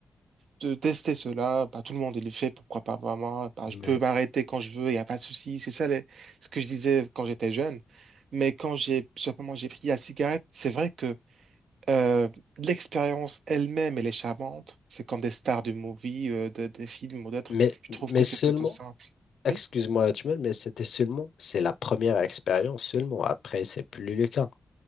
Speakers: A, on the right (about 85°); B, on the left (about 90°).
A: de tester cela. Bah, tout le monde il le fait, pourquoi pas pas moi? Bah,
B: Mais,
A: je peux m'arrêter quand je veux, il n'y a pas de souci. C'est ça les- ce que je disais quand j'étais jeune. Mais quand j'ai, je j'ai pris la cigarette, c'est vrai que euh, l'expérience elle-même, elle est charmante. C'est comme des stars du movie, euh, de- des films ou d'autres.
B: Mais,
A: Je trouve
B: mais
A: que
B: seulement,
A: c'est plutôt simple.
B: excuse-moi,
A: Oui,
B: Hachmel, mais c'était seulement, c'est la première expérience seulement. Après, c'est plus le cas.